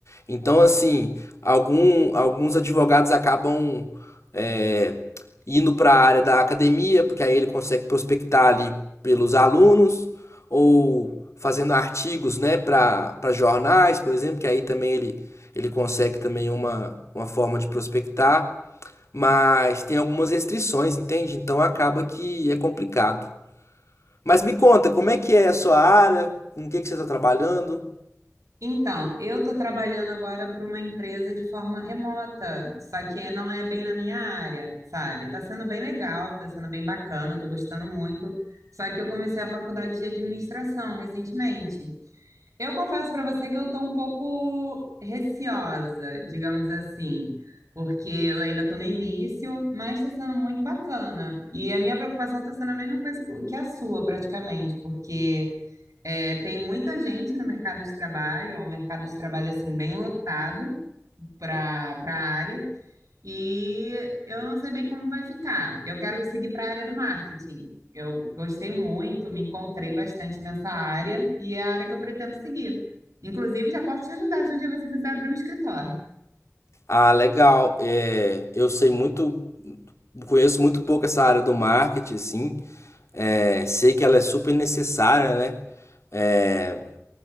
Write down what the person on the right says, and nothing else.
Então, eu estou trabalhando agora para uma empresa de forma remota, só que não é bem na minha área, sabe? Está sendo bem legal, está sendo bem bacana, estou gostando muito. Só que eu comecei a faculdade de administração recentemente. Eu confesso para você que eu estou um pouco receosa, digamos assim, porque eu ainda estou no início, mas está sendo muito bacana. E a minha preocupação está sendo a mesma coisa que que a sua, praticamente, porque. É, tem muita gente no mercado de trabalho, é um mercado de trabalho assim bem lotado para para a área, e eu não sei bem como vai ficar. Eu quero seguir para a área do marketing. Eu gostei muito, me encontrei bastante nessa área e é a área que eu pretendo seguir. Inclusive, já posso te ajudar se um dia você quiser abrir um escritório.